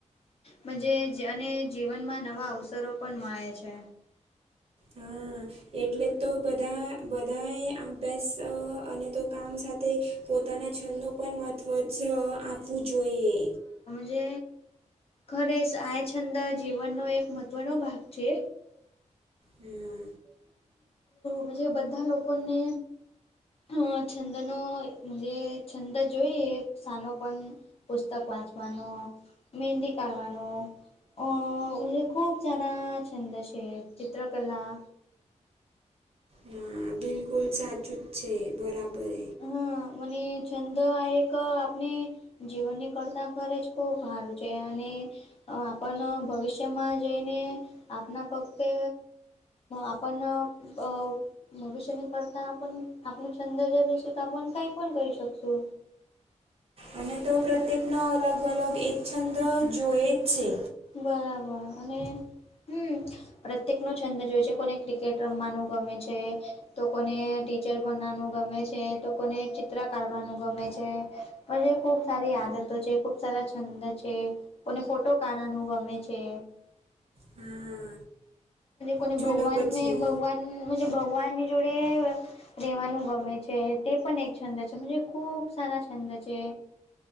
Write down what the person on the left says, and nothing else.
મંને અને જીવનમાં નવાં અવસરો પણ મળે છે.
જ ખરેશ આય છંદ જીવનનો એક મહત્વનો ભાગ છે.
બધા બધા લોકોને અ છંદનોજ છંદ જોઈએ સાનો પણ પુસ્તક વાંચવાનું મહેંદી કાઢવાનું. અ ખૂબ સારા છંદ છે ચિત્રકલા
હા મને છંદ આ એક આપને જીવનની કરતા ખરે જ ખુબ સારું છે અને આપણ ભવિષ્યમાં જઈને આપના પખતે આપણ અ ભવિષ્યની કરતા પણ આપણ છંદ જ ર ત તો આપ પણ કઈ પણ કરી શકતું.
બરાબર અને હમ પ્રત્યેક નો છંદ જોય છે કોને ક્રિકેટ રમવાનું ગમે છે તો કોને ટીચર બનવાનું ગમે છે તો કોને ચિત્ર કાઢવાનું ગમે છે. ખુબ સારી આદતો છે ખુબ સારા છંદ છે કોને ફો ટો કાના નું ગમે છે.
કોને
ભગવાન
મે ભગવાન ભગવાનની જોડે. રેવાનું ગમે છે તે પણ એક છંદ છે ખુબ સારા છંદ છે.